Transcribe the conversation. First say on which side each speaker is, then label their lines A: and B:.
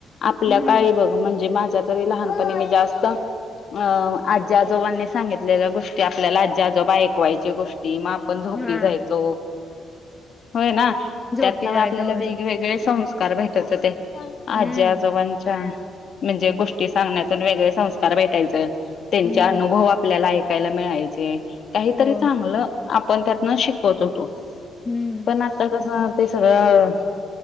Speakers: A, on the left (about 60°); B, on the left (about 25°).
A: आपल्या
B: हम्म
A: काळी बघ म्हणजे माझ्या तरी लहानपणी मी जास्तच आजी-आजोबांनी सांगितलेल्या गोष्टी आपल्याला आजी- आजोबा ऐकवायची गोष्टी म आपण झोपी
B: हा
A: जायचो. होय ना,
B: झोपी
A: त्यात न
B: जायचं
A: आपल्याला
B: होय
A: वेगवेगळे सं कार भेटत होते. आजी
B: हम्म
A: - आजोबांच्या म्हणजे गोष्टी सांगण्यातून वेगळे संस्कार भेटायचे, त्यांच्या
B: हम्म
A: अनुभव आपल्याला ऐकायला मिळायचे, काहीतरी
B: हो
A: चांगलं आपण त्यातन शिकवत होतो.
B: हम्म
A: पण आता कसं ते सगळं